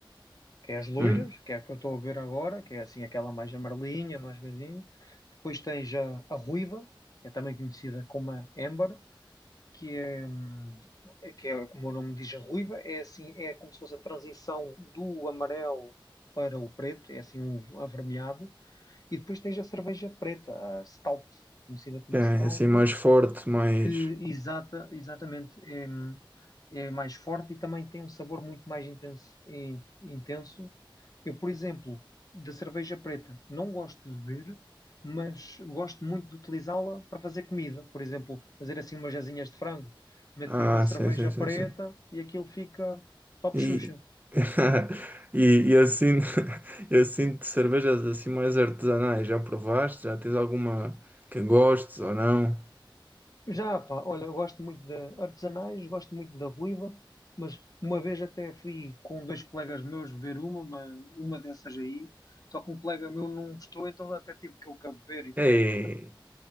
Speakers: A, on the left (about 45°); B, on the right (about 20°).
A: Que é as loiras,
B: Hum,
A: que é a que eu estou a beber agora, que é assim aquela mais amarelinha, mais coisinha. Depois tens a, a ruiva, que é também conhecida como a Amber. que é, hum, que é, como o nome diz, a ruiva, é assim, é como se fosse a transição do amarelo para o preto, é assim um avermelhado, e depois tens a cerveja preta, a stout, conhecida como
B: que é
A: stout,
B: assim, mais forte, mais.
A: que exata, exatamente é, hum, é mais forte e também tem um sabor muito mais intenso, in- intenso eu, por exemplo, da cerveja preta, não gosto de beber, mas gosto muito de utilizá-la para fazer comida. Por exemplo, fazer assim umas asinhas de frango, meto-lhe
B: Ah,
A: uma cerveja
B: sim, sim, sim,
A: preta
B: sim.
A: e aquilo fica top
B: E.
A: Xuxa.
B: <laughs> E, e assim, <laughs> e assim cervejas assim mais artesanais, já provaste? Já tens alguma que gostes ou não?
A: Já, pá, olha, eu gosto muito de artesanais, gosto muito da ruiva, mas uma vez até fui com dois colegas meus beber uma, uma, uma dessas aí, só que um colega meu não gostou, então até tive que eu cá beber e
B: Ei.
A: pronto.